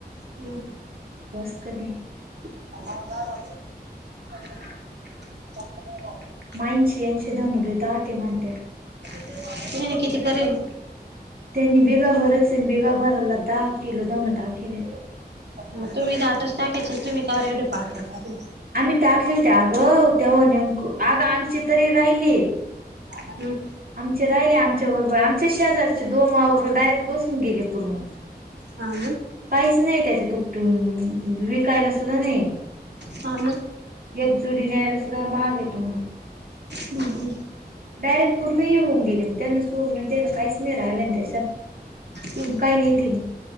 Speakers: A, on the right; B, on the right.
A: हम्
B: बस कधी
A: ह ह नाही
B: माइनशेन्स दवन दाटे म्हणतेतं.
A: म तेनी किती करेल?
B: त्यांनी बिघा भराचंय आणि बिघाभराला दहा केलं दोन टा केले.
A: तुम्ही दाटच टाकायचे तुम्ही का बरं एवढे पातल टाक
B: आम्ही टाकले होती अगं तेव्हा नेमक आगं आमची तरी राहिलीये.
A: हम्म.
B: आमचे राहिले आमच्याबरोबर आमच्याच शेजाारचे दोन वाबबर डायरेक्ट बसून गेले पूर्ण
A: हा न
B: काहीच नाही त्याच्या तुप विकायला सुद्धा नाहीये.
A: हा ना.
B: एकजुडी न्यायला सुद्धा महाग येत म्ह
A: हम् हमं
B: डायरेक्ट पूर्ण येऊन गेले मग. त्यांना सोडण द्यायला काहीच नाही राहिलं ना त्याच्यात
A: हम्म
B: मग काय नेतील?